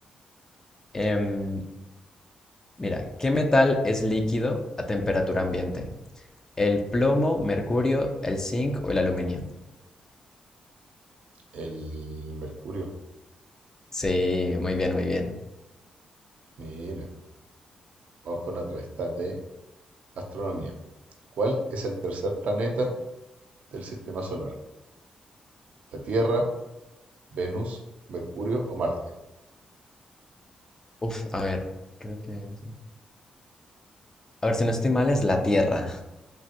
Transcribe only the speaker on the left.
Em, Mira, ¿qué metal es líquido a temperatura ambiente? ¿El plomo, mercurio, el zinc o el aluminio?
Sí, muy bien, muy bien.
Uf, a ver, creo que... A ver, si no estoy mal, es la Tierra.